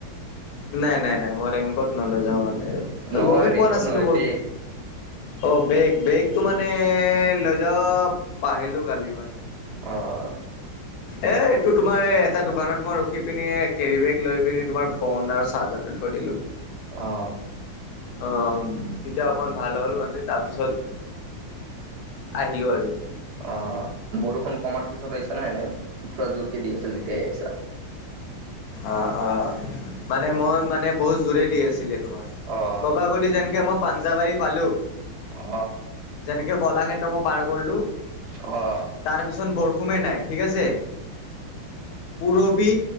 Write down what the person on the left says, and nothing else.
নাই নাই নাই মই ৰেংকত লৈ নাযাওঁ মানে
গমেই
পোৱা নাছিলোঁ
বৰষুণ।
অ বেগ বেগটো মানে লৈ যাব পাহৰিলোঁ কালি মানে।
এ এইটো তোমাৰ এটা দোকানত মই ৰখি পিনি কেৰিবেগ লৈ পিনি তোমাৰ ফোন আৰু চাৰ্জাৰটো থয় কৰিলোঁ।
অ অহ তেতিয়া অকণ ভাল হ'ল মানে তাৰপিছত। আহিলোঁ আৰু।
অ অ মানে মই মানে বহুত জোৰে দি আছিলে তোমাৰ।
প্ৰভাগলী যেনকে মই পাঞ্জাবাৰী পালোঁ।
যেনেকে কলাক্ষেত্ৰ মই পাৰ কৰিলোঁ।
তাৰপিছত বৰষুণেই নাই ঠিক আছে পুৰৱি।